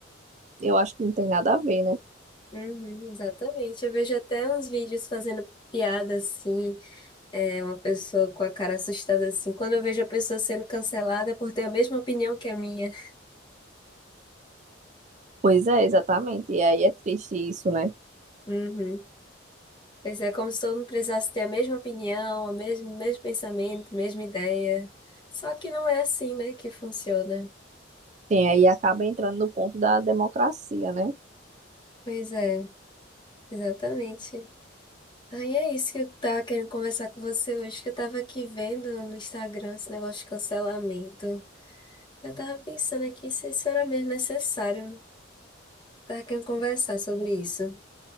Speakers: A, on the right; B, on the left.
A: Eu acho que não tem nada a ver, né?
B: Uhum, exatamente. Eu vejo até uns vídeos fazendo piada assim. É uma pessoa com a cara assustada assim. Quando eu vejo a pessoa sendo cancelada é por ter a mesma opinião que a minha.
A: Pois é, exatamente. E aí é triste isso, né?
B: Uhum. Pois é, como se todo mundo precisasse ter a mesma opinião, o mesmo, mesmo pensamento, mesma ideia. Só que não é assim, né, que funciona.
A: Tem aí acaba entrando no ponto da democracia, né?
B: Pois é, exatamente. Aí é isso que eu tava querendo conversar com você hoje, que eu tava aqui vendo no Instagram esse negócio de cancelamento. Eu tava pensando aqui se isso era mesmo necessário. Tava querendo conversar sobre isso.